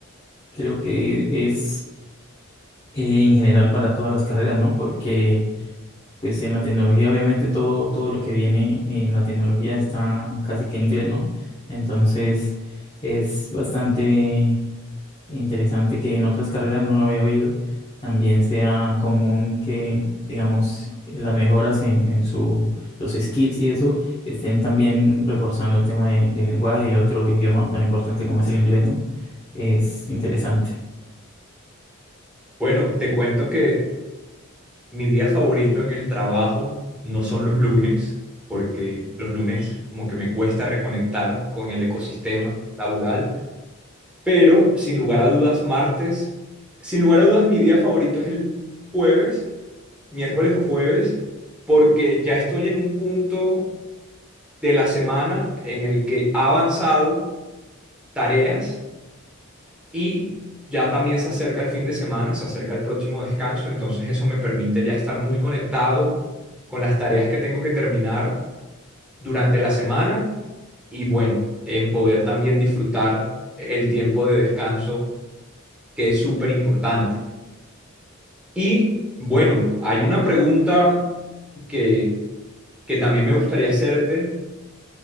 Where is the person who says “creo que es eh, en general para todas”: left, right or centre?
Left